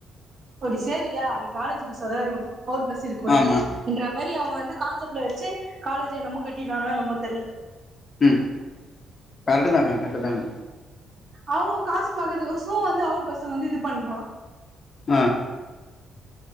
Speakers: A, on the right; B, on the left.
A: அப்படி சேர்ரியா நீ காலேஜ் பஸ் அதான் இருக்கணும் அவுட் பஸ் இருக்குல
B: ஆமா
A: இருக்குற மாரி அவன் வந்து கான்செப்ட்ல வச்சு காலேஜ்ஜை நம்ம கட்டினானோம் ஏன்னமோ தெரியல
B: உம் கரெக்ட்டு தாங்க கரெக்ட்டு தாங்க
A: அவுங்க காசு பாக்குறதுகுவசும் வந்து அவுட் பஸ்சம் வந்து இது பண்றான்
B: ஆஹ